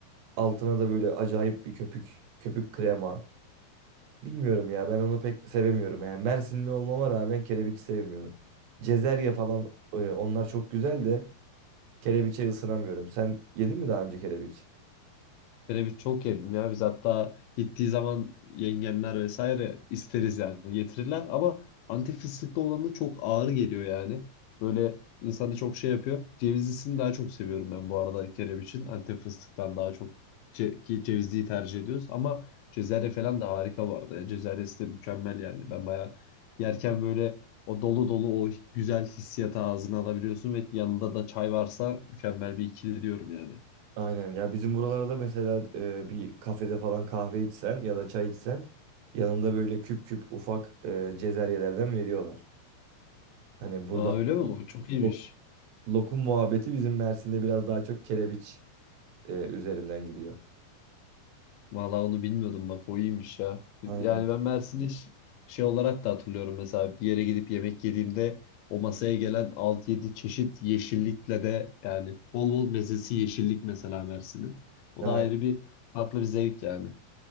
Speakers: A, on the right; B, on the left.
A: Altına da böyle acayip bir köpük, köpük krema. Bilmiyorum ya ben onu pek sevemiyorum. Yani Mersinli olmama rağmen kerebiç sevmiyorum. Cezerye falan e, onlar çok güzel de kerebiçe ısınamıyorum. Sen yedin mi daha önce kerebiç?
B: Kereviç çok yedim ya. Biz hatta gittiği zaman yengemler vesaire isteriz yani getirirler. Ama Antep fıstıklı olan da çok ağır geliyor yani. Böyle insanı çok şey yapıyor. Cevizlisini daha çok seviyorum ben bu arada kereviçin. Antep fıstıktan daha çok ce- ki cevizliyi tercih ediyoruz. Ama Cezerye falan da harika vardı. arada Ya. Cezeryesi de mükemmel yani. Ben bayağı yerken böyle o dolu dolu o güzel hissiyatı ağzına alabiliyorsun ve yanında da çay varsa mükemmel bir ikili diyorum yani.
A: Aynen ya bizim buralarda mesela e, bir kafede falan kahve içsen ya da çay içsen yanında böyle küp küp ufak e, cezeryelerden veriyorlar. Hani burada
B: Aa öyle mi bu? Çok iyiymiş.
A: lo- lokum muhabbeti bizim Mersin'de biraz daha çok kerebiç e, üzerinden gidiyor.
B: Valla onu bilmiyordum bak o iyiymiş ya.
A: Aynen.
B: Yani ben Mersin'i ş- şey olarak da hatırlıyorum mesela bir yere gidip yemek yediğimde o masaya gelen altı yedi çeşit yeşillikle de yani bol bol mezesi yeşillik mesela Mersin'in. O
A: Aynen.
B: da ayrı bir farklı bir zevk yani.